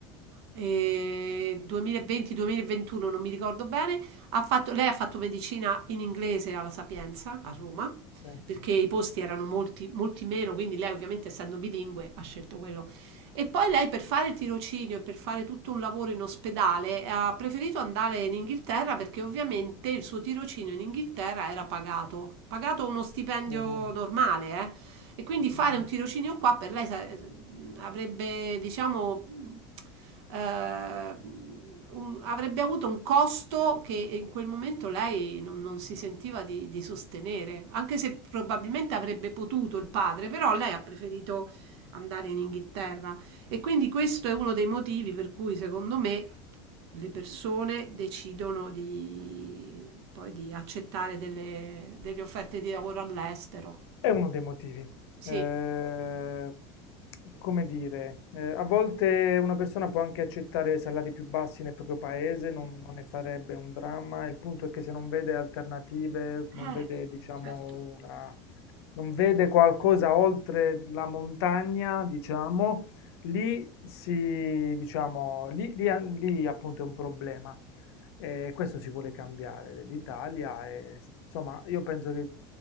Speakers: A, on the right; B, on the left.
A: e 2020-2021, non mi ricordo bene. Ha fatto- lei ha fatto medicina in inglese alla Sapienza a Roma
B: sì,
A: perché i posti erano molti, molti meno, quindi lei ovviamente essendo bilingue ha scelto quello. E poi lei per fare il tirocinio e per fare tutto un lavoro in ospedale ha preferito andare in Inghilterra perché ovviamente il suo tirocinio in Inghilterra era pagato, pagato uno stipendio
B: sì.
A: normale, eh. E quindi
B: Mhm.
A: fare un tirocinio qua per lei sa- eh, avrebbe, diciamo, eh, un- avrebbe avuto un costo che in quel momento lei non, non si sentiva di, di sostenere, anche se probabilmente avrebbe potuto il padre, però lei ha preferito andare in Inghilterra. E quindi questo è uno dei motivi per cui, secondo me, le persone decidono di, poi di accettare delle, delle offerte di lavoro all'estero.
B: È uno dei motivi.
A: Sì.
B: Eh, come dire, eh, a volte una persona può anche accettare salari più bassi nel proprio paese, non, non ne farebbe un dramma. Il punto è che se non vede alternative, non
A: Eh,
B: vede, diciamo,
A: certo.
B: una, non vede qualcosa oltre la montagna, diciamo, lì si, diciamo, lì, lì- lì appunto è un problema. E questo si vuole cambiare dell'Italia. e, Insomma, io penso che